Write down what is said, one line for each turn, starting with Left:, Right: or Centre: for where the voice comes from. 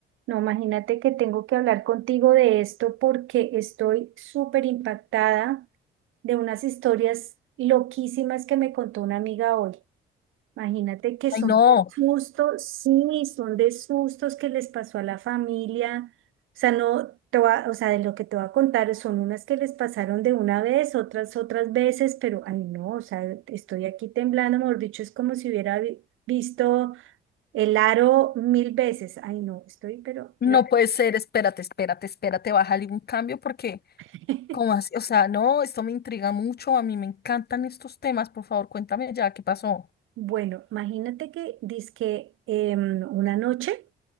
Right: No, imagínate que tengo que hablar contigo de esto porque estoy súper impactada de unas historias loquísimas que me contó una amiga hoy. Imagínate que son
Left: Ay, no,
Right: sustos, sí, son de sustos que les pasó a la familia. O sea, no, te voy a- o sea, de lo que te voy a contar son unas que les pasaron de una vez, otras otras veces, pero ay no, o sea, estoy aquí temblando, mejor dicho, es como si hubiera vi- visto el aro mil veces. Ay, no, estoy, pero...
Left: no
Right: re-
Left: puede ser, espérate, espérate, espérate, bájale un cambio porque,
Right: <laughs>
Left: ¿cómo así? O sea, no, esto me intriga mucho, a mí me encantan estos temas, por favor, cuéntame ya, ¿qué pasó?
Right: Bueno, imagínate que dizque em, una noche